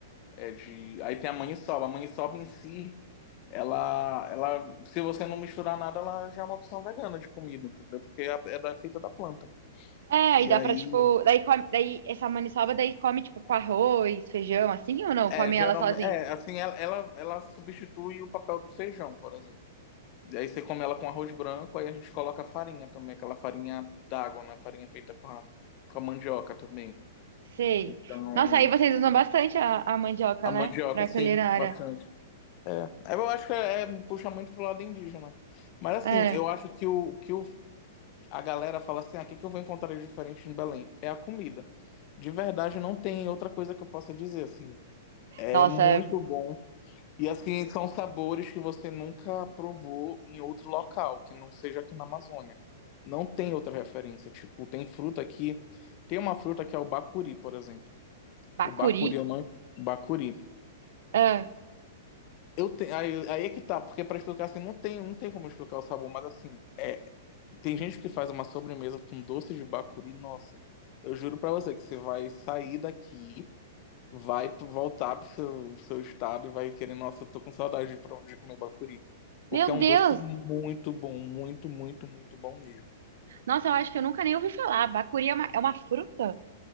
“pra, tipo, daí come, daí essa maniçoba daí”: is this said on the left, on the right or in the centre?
Right